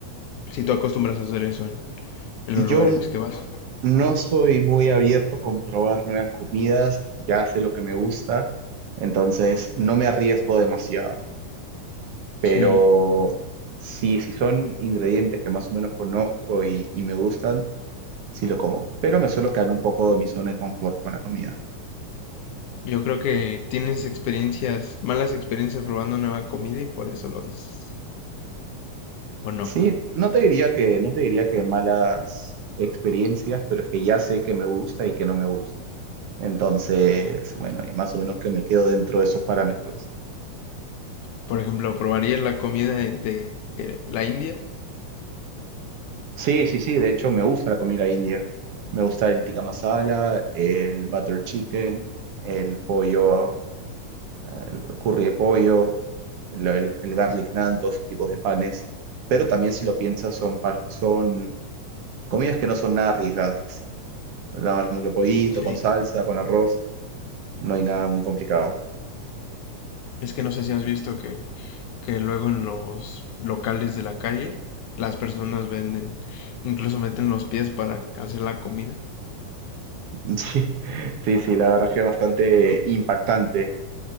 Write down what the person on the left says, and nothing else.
si tú acostumbras a hacer eso en, en los
lugares que vas.
Sí,
yo creo que tienes experiencias, malas experiencias probando nueva comida y por eso lo dices. ¿O no?
Por ejemplo, ¿probarías la comida de, de la India?
Sí.
Es que no sé si has visto que que luego en los locales de la calle las personas venden, incluso meten los pies para hacer la comida.